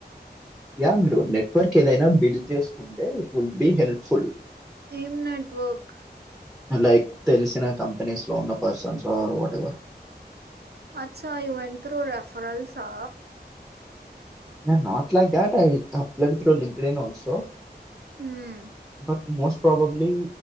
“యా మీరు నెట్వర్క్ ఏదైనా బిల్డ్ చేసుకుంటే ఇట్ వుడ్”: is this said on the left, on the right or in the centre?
Centre